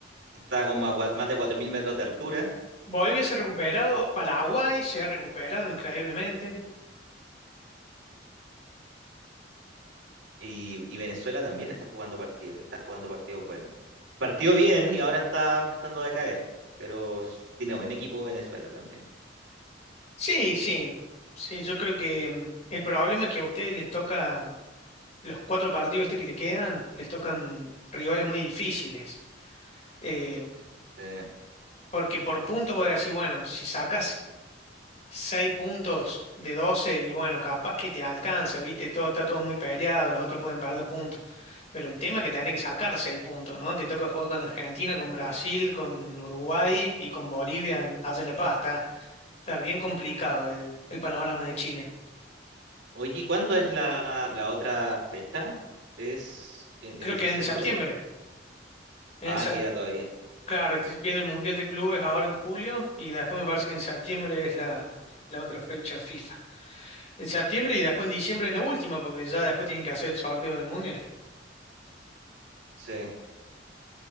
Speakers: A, on the right; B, on the left.
A: está como a cua- más de 4.000 metros de altura
B: Bolivia se ha recuperado, Paraguay se ha recuperado increíblemente.
A: Y, y Venezuela también está jugando partidos, está jugando partidos buenos. Partió bien y ahora está empezando a decaer, pero s- tiene buen equipo Venezuela también.
B: Sí, sí, sí, yo creo que mm, el problema es que a ustedes les toca, los cuatro partidos este que le quedan, les tocan rivales muy difíciles. Eh,
A: Eh,
B: porque por puntos voy a decir, bueno, si sacas seis puntos de 12 y bueno, capaz que te alcanza, ¿viste? Todo, está todo muy peleado, los otros pueden perder puntos. Pero el tema es que tenés que sacar seis puntos, ¿no? Te toca jugar con Argentina, con Brasil, con Uruguay y con Bolivia, en- allá en La Paz. Está, está bien complicado el el panorama de Chile.
A: oye, ¿y ¿cuándo es la, la otra fecha? Es, eh, debiese
B: creo que en
A: ser
B: septiembre.
A: luego.
B: En
A: Ah,
B: sep-
A: queda todavía.
B: claro, t- viene el Mundial de Clubes ahora en julio y después me parece que en septiembre es la, la otra fecha FIFA. En septiembre y después en diciembre es la última porque ya después tienen que hacer el sorteo del Mundial.
A: Sí.